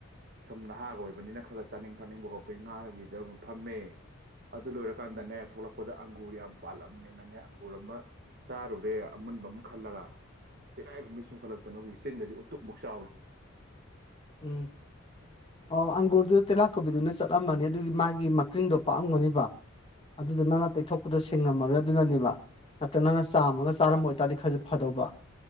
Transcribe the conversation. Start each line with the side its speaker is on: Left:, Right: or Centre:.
Right: ꯁꯨꯝ ꯅꯍꯥꯒ ꯑꯣꯏꯕꯅꯤꯅ ꯈꯒ ꯆꯥꯅꯤꯡ ꯊꯛꯅꯤꯡꯕ <unintelligible> ꯉꯥꯒꯒꯤꯗꯝ ꯑꯃꯨꯛ ꯐꯝꯃꯦ ꯑꯗꯨ ꯂꯣꯏꯔꯀꯥꯟꯗꯅꯦ ꯊꯣꯛꯂꯛꯄꯗ ꯑꯪꯒꯨꯔ ꯌꯥꯝ ꯄꯥꯜꯂꯝꯃꯦꯅꯅꯦ ꯑꯪꯒꯨꯔ ꯑꯃ ꯆꯥꯔꯨꯔꯦ ꯑꯃꯨꯟꯕꯝ ꯈꯜꯂꯒ ꯇꯤꯂꯥꯏꯒꯨꯝꯕꯤ ꯆꯨꯈꯠꯂꯛꯇꯅ ꯍꯨꯖꯤꯛ ꯆꯤꯟꯒꯖꯤ ꯎꯇꯞꯃꯨꯛ ꯆꯥꯎꯔꯤ
Left: ꯎꯝ ꯑꯣ ꯑꯪꯒꯨꯔꯗꯨ ꯇꯤꯂꯥꯀꯨꯝꯕꯤꯗꯨꯅ ꯆꯠꯂꯝꯃꯅꯤ ꯑꯗꯨꯒꯤ ꯃꯥꯒꯤ ꯃꯀ꯭ꯔꯤꯡꯗꯣ ꯄꯥꯑꯝꯒꯅꯤꯕ ꯑꯗꯨꯗ ꯅꯪꯅ ꯇꯩꯊꯣꯛꯄꯗꯣ ꯁꯦꯡꯉꯝꯃꯔꯣꯏ ꯑꯗꯨꯅꯅꯦꯕ ꯅꯠꯇꯦ ꯅꯪꯅ ꯆꯥꯝꯃꯒ ꯆꯥꯔꯝꯕ ꯑꯣꯏꯇꯥꯗꯤ ꯈꯖꯨ ꯐꯗꯧꯕ